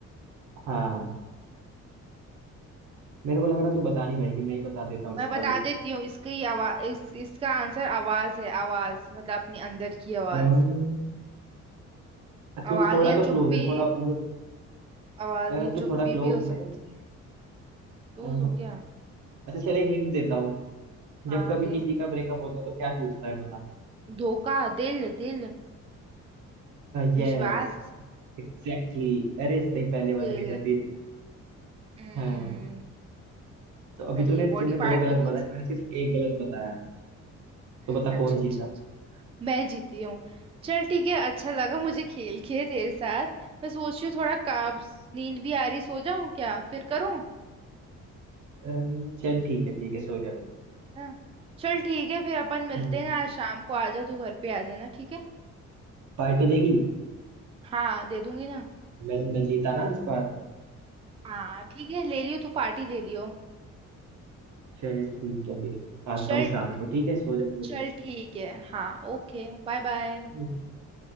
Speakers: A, on the right; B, on the right.
A: हाँ मेरे को लग रहा तू बता नहीं भाई कि मैं ही बता देता हूँ इसका
B: मैं बता
A: भी
B: देती हूँ इसकी आवाज इस इसका आंसर आवाज है आवाज मतलब अपने अंदर की आवाज
A: अम, तू
B: आवाज
A: थोड़ा
B: या
A: तो
B: चुप्पी
A: क्लोज है थोड़ा और
B: आवाज
A: अ,
B: या
A: तू
B: चुप्पी
A: थोड़ा क्लोज
B: भी हो सकती
A: है
B: है लूज
A: अ,
B: हूँ क्या
A: अच्छा चल एक हिंट देता हूँ
B: हाँ
A: जब कभी
B: दे
A: किसी का ब्रेकअप होता है तो क्या टूटता है बता
B: धोखा दिल दिल
A: यस
B: विश्वास
A: एग्जैक्टली अरे इससे ही पहले वाले
B: दिल
A: से था दिल
B: हम्म,
A: हाँ तो अभी
B: सही
A: तूने
B: है बॉडी
A: तूने
B: पार्ट
A: दो गलत
B: भी बोल
A: बताए
B: सकते
A: मैंने
B: हैं
A: सिर्फ एक गलत बताया
B: हम्म,
A: तो बता
B: अच्छा
A: कौन जीता
B: अच्छा अच्छा मैं जीती हूँ चल ठीक है अच्छा लगा मुझे खेल के तेरे साथ मैं सोच रही हूँ थोड़ा काब्स नींद भी आ रही सो जाऊं क्या फिर करूँ
A: अम्म, चल ठीक है ठीक है सो जा तू
B: हाँ चल ठीक है फिर अपन मिलते
A: हम्म,
B: हैं ना आज शाम को आ जा तू घर पे आ जाना ठीक है
A: पार्टी देगी
B: हाँ दे दूंगी ना
A: मैं मैं जीता ना इस बार
B: हाँ ठीक है ले लियो तू पार्टी ले लियो
A: चल ठीक है फिर आता
B: चल
A: हूँ शाम को ठीक है सो जा तू
B: चल ठीक है हाँ ओके बाय बाय
A: अभी।